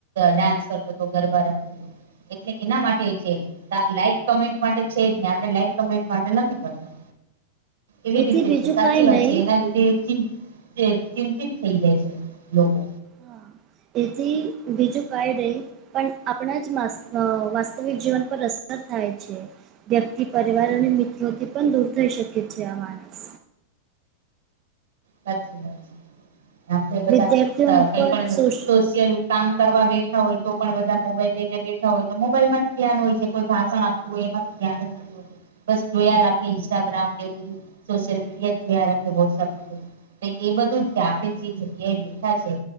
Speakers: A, on the right; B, on the right.
A: ડાસ કરતો તો ગરબા રમતો તો એટલે એના માટે છે લાઈક કમેન્ટ માટે છે, જ ને આપણે લાઈક કમેન્ટ માટે નથી કરતા એવી
B: એથી
A: રી તે
B: બીજું
A: છે સાચી
B: કાંઈ
A: વાત
B: નહીં
A: છે એના લીધે ચીંતે ચિંતિત થઈ જાય છે લોકો.
B: હા એથી બીજું કાંઈ રહી. પન આપણા જ માસ અ વાસ્તવિક જીવન પર અસર થાય છે. વ્યક્તિ પરિવાર અને મિત્રોથી પણ દૂર થઈ શકે છે. આ માનસ.
A: હાચી વાત છે આપડે બધા
B: વિદ્યાર્થીઓ
A: અ કઈ
B: પર
A: પણ
B: સોશ
A: સોશિયલ કામ કરવા બેઠા હોય તો પણ બધા મોબાઈલ લઈને બેઠા હોય તો મોબાઈલ માં જ ધ્યાન હોય છે. કોઈ ભાષણ આપ તુ હોય એનાથી ધ્યાન જ નથી હો બસ જોયા રાખે ઇન્સ્ટાગ્રામ ને એવું બધું સોશિયલ મીડિયા જ જોયા રાખે વોટ્સઅપ ને બધું. કેકે એ બધું આપડે જે જગ્યાએ બેઠા છે